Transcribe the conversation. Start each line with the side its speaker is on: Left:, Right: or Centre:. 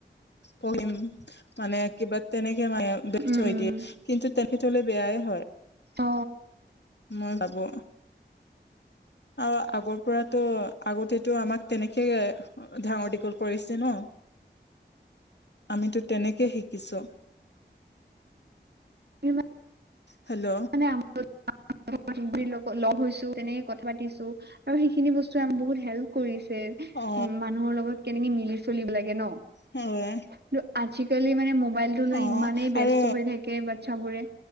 Left: পঢ়িম মানে কিবা তেনেকে মে
Right: উম
Left: থৈ
Right: উম
Left: দিয়ে কিন্তু তেনে থলে বেয়াই হয়
Right: অ
Left: মই ভাবো আৰু আগৰ পৰাতো আগতেতো আমাক তেনেকে ডাঙৰ দীঘল কৰিছে ন আমিতো তেনেকে শিকিছো
Right: এই <inaudible>
Left: হেল্ল'
Right: মানে <unintelligible> ৱীৰ লগত <unintelligible> লগ হৈছো তেনেকে কথা পাতিছো আৰু সেইখিনি বস্তু আ বহুত হেল্প কৰিছে
Left: অ
Right: উম মানুহৰ লগত কেনেকে মিলি চলিব লাগে থাকে ন
Left: হয়
Right: আজিকালি মানে ম মোবাইলটো লৈ
Left: অ
Right: ইমানেই ব্যস্ত
Left: আৰু
Right: হৈ থাকে বাচ্ছাবোৰে